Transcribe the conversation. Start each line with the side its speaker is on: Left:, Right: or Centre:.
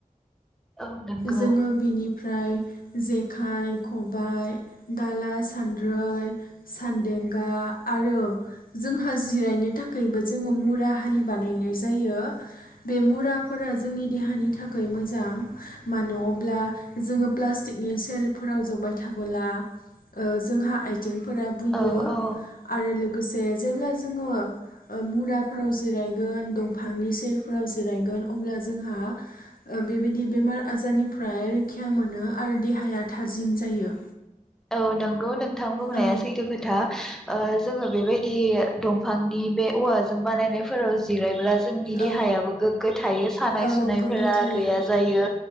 Centre: औ नंगौ
Left: जोङो बेनिफ्राय जेखाइ खबाइ दाला सान्द्रै सान्देंगा आरो जोंहा जिरायनो थाखायबो जोङो मुरा हारि बानायनाय जायो बे मुराफोरा जोंनि देहानि थाखाय मोजां। मानो अब्ला जोङो प्लास्टिकनि सेरफोराव जबाय थाबोला ओ जोंहा आथि थिंफोरा बुयो
Centre: औ औ
Left: आरो लोगोसे जेब्ला जोङो मुराफ्राव जिरायगोन दंफांनि सेरफ्राव जिरायगोन अ जोंहा बेबाय बेमार आजारनिफ्राय रैखा मोनो आरो देहाया थाजिम जायो
Centre: औ नंगौ नों थां बुंनाया
Left: औ
Centre: सैथो खोथा ओ जोङो बेबायदि दंफांनि बे औवाजों बानायनायफोराव जिरायब्ला जोंनि देहायाबो
Left: औ
Centre: गोग्गो थायो सानाय
Left: औ
Centre: सुनायफोरा
Left: गोग्गो थायो
Centre: गैया जायो